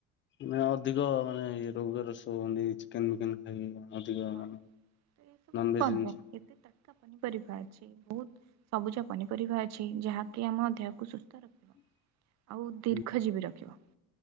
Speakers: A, on the left; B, on the right.
A: ନା ଅଧିକ ମାନେ ରୋଗର ସେ ପୁଣି ଚିକେନ୍ ଫିକେନ୍ ଖାଇକିନା ଅଧିକା
B: ତ
A: ମାନେ
B: ଏସବୁ
A: ନନ୍ଭେଜ୍
B: କଣ
A: ଜିନିଷ
B: ପାଇଁ ଏତେ ତାଟ୍କା ପନିପରିବା ଅଛି। ବହୁତ ସବୁଜ ପନିପରିବା ଅଛି ଯାହାକି ଆମ ଦେହକୁ ସୁସ୍ଥ ରଖେ।
A: <inaudible>
B: ଆଉ ଦୀର୍ଘଜୀବି
A: ହୁଁ
B: ରଖିବ।